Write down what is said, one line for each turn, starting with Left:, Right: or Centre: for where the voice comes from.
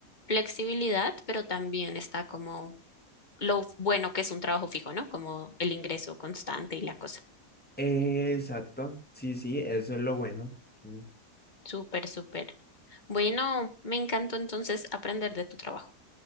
Left: flexibilidad, pero también está como lo f- bueno que es un trabajo fijo, ¿no? Como el ingreso constante y la cosa.
Centre: Exacto, sí, sí, eso es lo bueno. Mm.
Left: Súper, súper. Bueno, me encantó entonces aprender de tu trabajo.